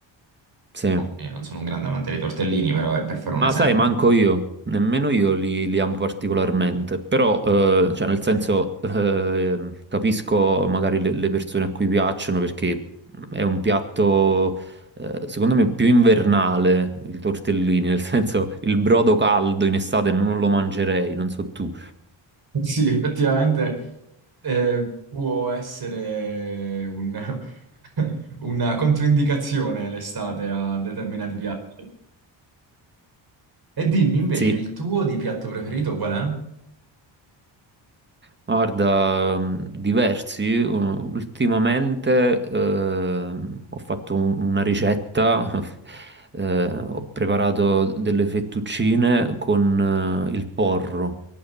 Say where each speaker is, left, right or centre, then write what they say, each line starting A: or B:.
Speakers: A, on the right; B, on the right.
A: Sì.
B: Oh, io non sono un grande amante dei tortellini, però è per fare
A: Ma
B: un esempio.
A: sai, manco io, nemmeno io li, li amo particolarmente, però, eh, cioè, nel senso, eh, capisco magari le, le persone a cui piacciono perché è un piatto, eh, secondo me, più invernale, il tortellini, nel <laughs> senso, il brodo caldo in estate non lo mangerei, non so tu.
B: <laughs> Sì, effettivamente eh, può essere un- <laughs> una controindicazione l'estate a determinati piatti. E dimmi invece,
A: Sì,
B: il tuo di piatto preferito qual è?
A: Guarda, mh, diversi. U- Ultimamente eh, ho fatto un- una ricetta, <laughs> eh, ho preparato delle fettuccine con eh, il porro.